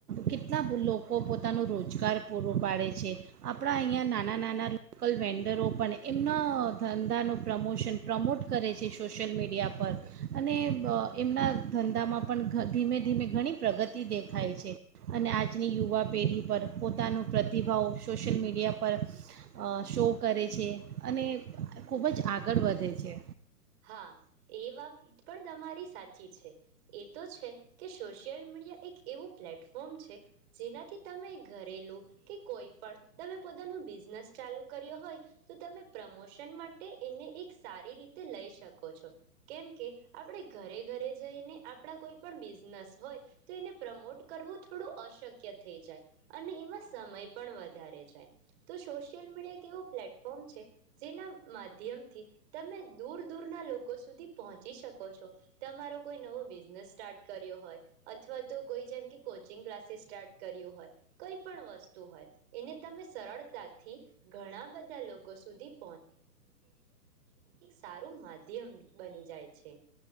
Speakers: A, on the right (about 65°); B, on the right (about 40°).
A: કેટલા લોકો પોતાનું રોજગાર પૂરો પાડે છે આપણાં અહીંયા નાના નાના લોકલ વેન્ડરો પણ એમના ધંધાનું પ્રમોશન પ્રમોટ કરે છે સોશિયલ મીડિયા પર અને બ એમના ધંધામાં પણ ધીમે ધીમે ઘણી પ્રગતિ દેખાય છે અને આજની યુવા પેઢી પર પોતાનો પ્રતિભાવ સોશિયલ મીડિયા પર અ શો કરે છે અને ખૂબ જ આગળ વધે છે
B: હા એ વાત પણ તમારી સાચી છે એ તો છે કે સોશિયલ મીડિયા એક એવું પ્લેટફોમ ફોમ છે જેનાથી તમે ઘરેલું કે કોઈ પણ તમે પોતાનું બિઝનેસ ચાલુ કર્યો હોય તો તમે પ્રમોશન માટે એને એક સારી રીતે લઈ શકો છો કેમકે આપણે ઘરે ઘરે જઈને આપણા કોઈ પણ બિઝનેસ હોય તો એને પ્રમોટ કરવું થોડું અશક્ય થઈ જાય અને એમાં સમય પણ વધારે જાય તો સોશિયલ મીડિયા એક એવો પ્લેટફોર્મ છે જેના માધ્યમથી તમે દૂર દૂરના લોકો સુધી પહોંચી શકો છો તમારો કોઈ નવો બિઝનેસ સ્ટાર્ટ કર્યો હોય અથવા તો કોઈ જેમ કે કોચિંગ ક્લાસીસ સ્ટાર્ટ કર્યું હોય કઈ પણ વસ્તુ હોય એને તમે સરળતાથી ઘણા બધા લોકો સુધી સારું માધ્યમ બની જાય છે